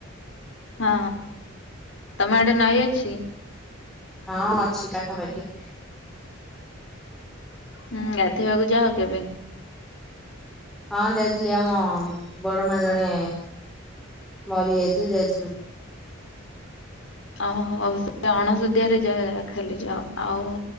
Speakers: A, on the left; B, in the centre.
A: ହଁ ତମେ ଆଡେ଼ ନଈ ଅଛି?
B: ହଁ ଅଛି ପାଖାପାଖି।
A: ହୁଁ ଗାଧୋଇବାକୁ ଯାଅ କେବେ?
B: ହଁ ଯାଇଥିଲି ଆମ ବଡ଼ ମା ଜଣେ ମରି ଯାଇଥିଲେ ଯାଇଥିଲୁ।
A: ଓହୋ ସେ ଅଣସୁଧିଆରେ ଯାଅ ଖାଲି <unintelligible> ଆଉ।